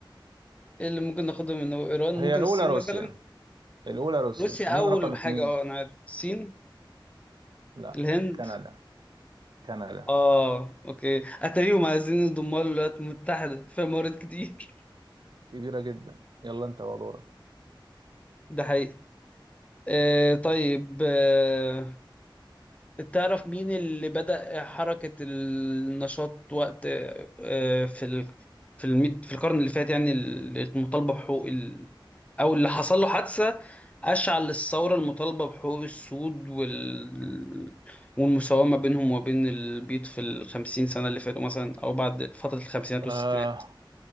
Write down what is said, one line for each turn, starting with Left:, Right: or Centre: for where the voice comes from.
Left: ايه اللي ممكن ناخده من ايران ممكن
Right: هي الأولى
Left: الصين
Right: روسيا
Left: مثلا
Right: الأولى روسيا
Left: روسيا
Right: مين
Left: اول
Right: رقم اتنين؟
Left: حاجه اه انا عارف الصين
Right: لا
Left: الهند
Right: كندا كندا
Left: اه اوكي اتاريهم عايزين يضموا الولايات المتحده في مرات كتير
Right: كبيرة جدا يلا أنت ودورك
Left: ده حقيقي آه طيب آه تعرف مين اللي بدأ حركة النشاط وقت آه، في ال... في الميت... في القرن اللي فات يعني المطالبة بحقوق ال... أو اللي حصل له حادثة أشعل للثورة المطالبة بحقوق السود وال... والمساومة بينهم وبين البيض في الخمسين سنة اللي فاتوا مثلا أو بعد فترة الخمسينات والستينات
Right: آه